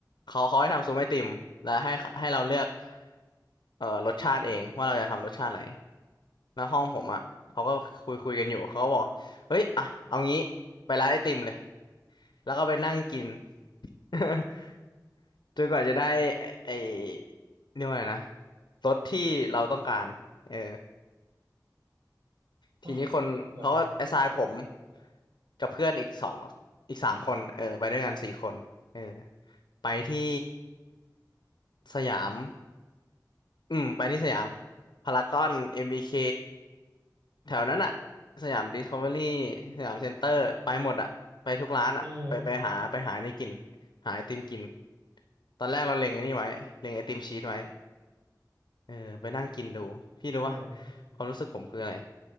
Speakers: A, on the left; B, on the right.
A: เขาเขาให้ทำซุ้มไอติมและให้ให้เราเลือกเอ่อรสชาติเองว่าเราจะทำรสชาติอะไรแล้วห้องผมอ่ะเขาก็คุยคุยกันอยู่เขาก็บอกเฮ้ยอ่ะเอางี้ไปร้านไอติมเลยแล้วก็ไปนั่งกิน <laughs> จนกว่าจะได้ไอไอ้เรียกว่าอะไงนะรสที่เราต้องการเออทีนี้คนเขาก็แอสไซน์ผม
B: อ่ะเหรอครับ
A: กับเพื่อนอีกสองอีกสามคนเออไปด้วยกันสี่คนเออไปที่ สยามอืมไปที่สยามพารากอนเอ็มบีเคแถวนั้นอะสยามดิสคัฟเวอรี่สยามเซ็นเตอร์ไปหมดอะไปทุกร้านอะไปไปหาไปหานี่กิน
B: เออ
A: หาไอติมกิน ตอนแรกเราเล็งไอ้นี่ไว้เล็งไอติมชีสไว้เออไปนั่งกินดู พี่รู้ป่ะ
B: เออ
A: ความรู้สึกผมคืออะไร